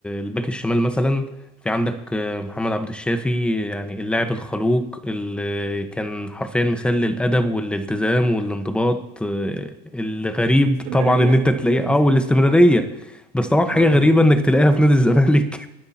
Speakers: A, in the centre; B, on the right (about 75°).
A: الباك الشمال مثلا في عندك آه، محمد عبد الشافي يعني اللاعب الخلوق اللي كان حرفيا مثال للادب والالتزام والانضباط آه، الغريب
B: و- والاستمرارية
A: طبعا ان انت تلاقيه
B: والاست
A: اه والاستمراريه بس طبعا حاجه
B: اه بالظبط
A: غريبه انك تلاقيها في نادي الزمالك